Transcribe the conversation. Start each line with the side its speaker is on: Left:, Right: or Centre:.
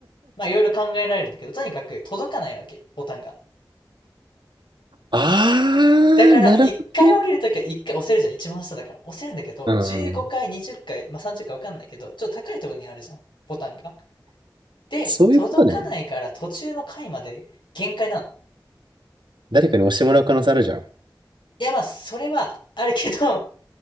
Left: まあ、いろいろ考えられるんだけど、とにかく届かないわけ、ボタンが。
Right: あー、
Left: だから、
Right: なるほどね。
Left: 一回降りるときは一回押せるじゃん、一番下だから。押せるんだけど、
Right: うん。
Left: 15回、20回、まあ、30回わかんないけど、ちょっと高いところにあるじゃん、ボタンが。で、
Right: そういうことね。
Left: 届かないから途中の回まで限界なの。
Right: 誰かに押してもらう可能性あるじゃん。
Left: いや、まあ、それはあるけど、